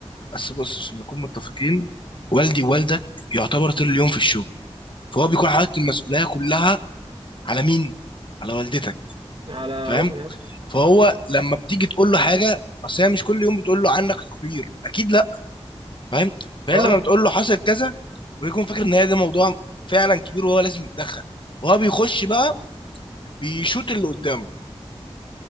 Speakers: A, on the left; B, on the right.
A: بس بص عشان نكون متفقين والدي ووالدك يعتبر طول اليوم في الشغل فهو بيكون حاطط المسؤولية كلها على مين على والدتك
B: على
A: فاهم
B: امي اه
A: فهو لما بتيجي تقول له حاجة اصل هي مش كل يوم بتقول له عنك تقرير اكيد لا فاهم فهي
B: آه.
A: لما بتقول له حصل كذا ويكون فاكر ان هي ده موضوع فعلا كبير وهو لازم يتدخل وهو بيخش بقى بيشوط اللي قدامه